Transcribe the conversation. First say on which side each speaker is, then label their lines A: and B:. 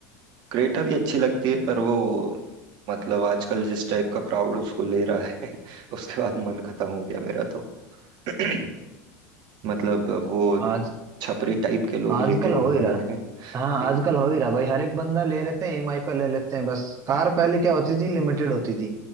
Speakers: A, on the right; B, on the right.
A: क्रेटा भी अच्छी लगती है पर वो मतलब आजकल जिस टाइप का क्राउड उसको ले रहा है <laughs> उसके बाद मन खत्म हो गया मेरा तो <clears throat> मतलब अब वो
B: आज
A: छपरी टाइप के लोग
B: आजकल
A: लेके घूम
B: हो ही रहा
A: रहे हैं
B: हाँ
A: तो,
B: आजकल हो ही रहा भाई हर एक बंदा ले लेते हैं ईएमआई पे ले लेते हैं बस कार पहले क्या होती थी लिमिटेड होती थी